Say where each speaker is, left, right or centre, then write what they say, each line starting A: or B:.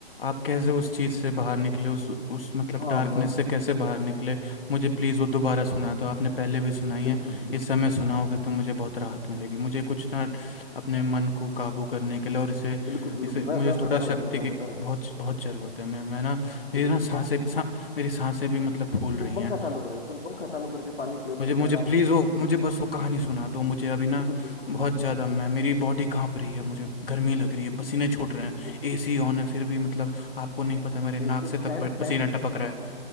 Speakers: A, on the left; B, on the left.
A: आप कैसे उस चीज़ से बाहर निकले उस उस मतलब
B: हाँ
A: डार्कनेस
B: मैं
A: से कैसे बाहर निकले मुझे प्लीज़ वो दोबारा सुना दो आपने पहले भी सुनाई है
B: बिल्कुल बिल्कुल
A: इस समय सुनाओगे तो मुझे बहुत राहत मिलेगी मुझे कुछ ना अपने मन को काबू करने के लिए और इसे
B: बिल्कुल बिल्कुल
A: इसे मुझे
B: मैं मैं बता
A: थोड़ा
B: रहा
A: शक्ति
B: हूँ तुम्हें
A: की
B: मैं बता रहा हूँ
A: बहुत बहुत ज़रूरत है मैं मैं ना मेरी
B: देखो
A: ना
B: तुम
A: सांसें
B: फोक्स
A: सा, मेरी सांसें भी मतलब
B: तुम
A: फूल रही
B: पंखा
A: हैं
B: चालू करोगे तुम पंखा चालू करके पानी पियो
A: मुझे
B: मैं तुम्हें
A: मुझे
B: आराम
A: प्लीज़
B: से बता
A: वो
B: रहा हूँ
A: मुझे बस वो कहानी सुना दो मुझे अभी ना
B: बिल्कुल बिल्कुल
A: बहुत
B: बिल्कुल
A: ज़्यादा
B: बिल्कुल
A: मैं मेरी बॉडी कांप रही है मुझे गर्मी लग रही है
B: बिल्कुल
A: पसीने छूट रहे हैं
B: तो
A: एसी ऑन है फिर भी मतलब आपको नहीं पता मेरे
B: नहीं
A: नाक
B: तुम
A: से तक
B: फैन
A: प-
B: फैन
A: पसीना टपक रहा है